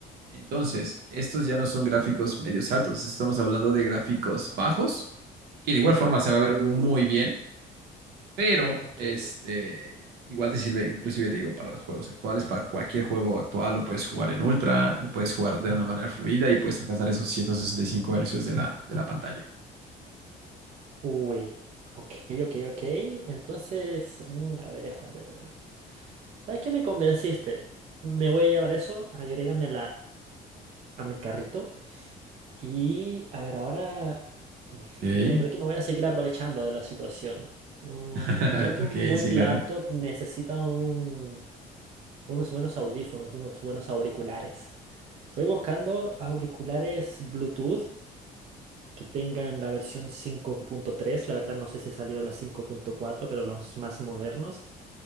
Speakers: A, on the right; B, on the right.
A: Entonces, estos ya no son gráficos medios altos, estamos hablando de gráficos bajos, que de igual forma se
B: Uh,
A: va a ver muy bien, pero
B: ok.
A: este igual te sirve, inclusive te digo, para los juegos actuales, para cualquier juego actual lo puedes jugar en ultra, lo puedes jugar de una manera fluida y puedes alcanzar esos ciento sesenta y cinco hercios de la, de la pantalla.
B: Uy. Ok, ok, ok. Entonces, mm, a ver, a ver, a ver. ¿Sabes qué me convenciste? Me voy a llevar eso, agrégame a mi carrito. Y a ver, ahora, <sighs>
A: Ok.
B: mira, creo que me voy a seguir aprovechando de la situación. Mm,
A: <laughs>
B: creo que
A: Ok,
B: un buen
A: sí, claro.
B: laptop necesita un- unos buenos audífonos, unos buenos auriculares. Estoy buscando auriculares Bluetooth que tengan la versión cinco punto tres la verdad no sé si ha salido la cinco punto cuatro pero los más modernos,